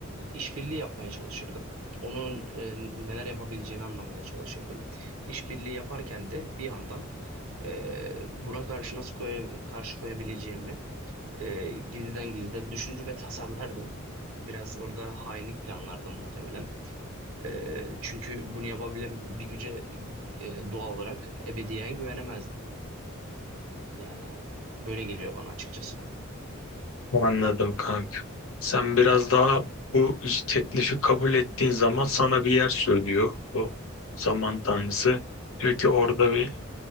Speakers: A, on the right; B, on the left.
A: işbirliği yapmaya çalışırdım. Onun e, neler yapabileceğini anlamaya çalışırdım. İşbirliği yaparken de bir yandan e, buna karşı nasıl koya- karşı koyabileceğimi e, gizliden gizlide düşünür ve tasarlardım. Biraz orada hainlik planlardım muhtemelen. E, çünkü bunu yapabilen bir güce e, doğal olarak ebediyen güvenemezdim. Yani böyle geliyor bana açıkçası.
B: Anladım kanka. Sen biraz daha bu teklifi kabul ettiğin zaman sana bir yer söylüyor bu zaman tanrısı. Diyor ki orada bir